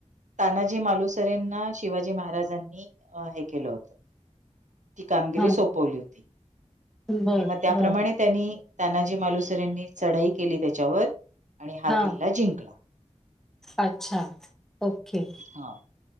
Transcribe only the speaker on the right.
तानाजी मालुसरेंना शिवाजी महाराजांनी अ हे केलं होतं, ती कामगिरी
सोपवली होती.
आणि मग त्याप्रमाणे
त्यांनी तानाजी मालुसरेनी चढाई केली त्याच्यावर आणि हा
किल्ला जिंकला.
हा.